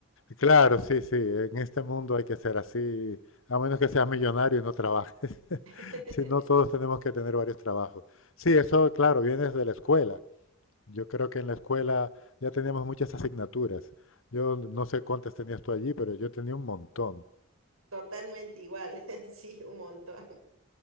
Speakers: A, on the left (about 70°); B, on the right (about 85°).
A: claro, sí, sí, en este mundo hay que ser así, a menos que seas millonario y no trabajes. <laughs>
B: <laughs>
A: Si no, todos tenemos que tener varios trabajos. Sí, eso, claro, viene desde la escuela. Yo creo que en la escuela ya teníamos muchas asignaturas. Yo no sé cuántas tenías tú allí, pero yo tenía un montón.
B: Totalmente igual, <laughs> sí, un montón.